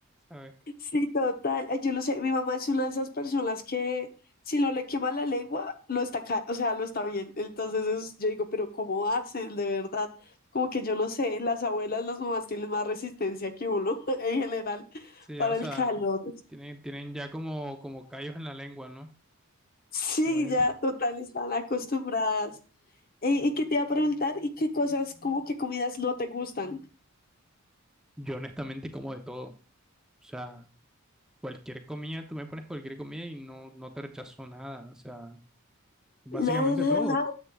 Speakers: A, in the centre; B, on the left.
A: ¿sabes?
B: Sí, total. Ay, yo no sé, mi mamá es una de esas personas que si no le quema la lengua, lo está, ca- o sea, lo está bien. Entonces es- yo digo, pero ¿cómo hacen de verdad? Como que yo no sé, las abuelas, las mamás tienen más resistencia que uno <laughs> en general
A: Sí,
B: para
A: o sea,
B: el calor.
A: tienen, tienen ya como, como callos en la lengua, ¿no?
B: Sí,
A: Como ya
B: ya,
A: te-
B: total, están acostumbradas. ¿Y, y qué te iba a preguntar? ¿Y qué cosas, como qué comidas no te gustan?
A: <laughs> Yo honestamente como de todo. O sea, cualquier comida, tú me pones cualquier comida y no, no te rechazo nada. O sea, básicamente
B: Nada,
A: todo.
B: nada,